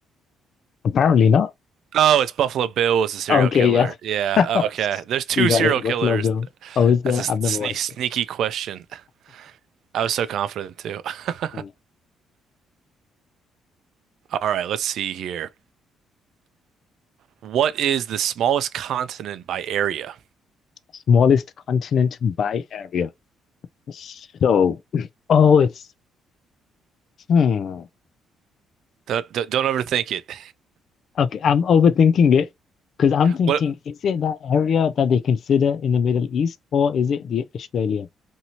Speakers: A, on the left (about 55°); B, on the right (about 65°).
A: Apparently not.
B: Oh, it's Buffalo Bill was the serial
A: Okay,
B: killer.
A: yeah.
B: Yeah,
A: <laughs>
B: oh, okay. There's two
A: You got
B: serial
A: it. Buffalo
B: killers.
A: Bill. Oh, is there?
B: That's a
A: I've
B: sne
A: never watched
B: sneaky
A: it.
B: question. I was so confident too. <laughs>
A: Mm.
B: All right, let's see here. What is the smallest continent by area?
A: Smallest continent by area. So, oh, it's hmm.
B: Don't, don't don't overthink it.
A: Okay, I'm overthinking it because I'm thinking,
B: What?
A: is it that area that they consider in the Middle East or is it the Australia?